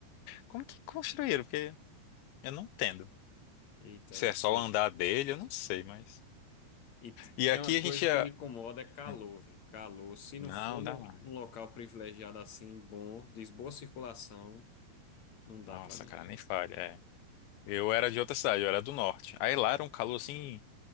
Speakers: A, on the left (about 85°); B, on the left (about 50°).
A: como que construíram? Porque Eu não entendo.
B: Eita,
A: Se
B: é
A: é
B: peso.
A: só o andar dele, eu não sei, mas.
B: E t-
A: E
B: tem
A: aqui
B: uma
A: a
B: coisa
A: gente ia.
B: que me incomoda, é calor,
A: Hum,
B: velho. Calor. Se não
A: Não,
B: for num,
A: dá lá.
B: num local privilegiado assim, bom, de boa circulação, não dá
A: Nossa,
B: pra mim.
A: cara, nem falha. É. Eu era de outra cidade, eu era do norte. Aí lá era um calor assim,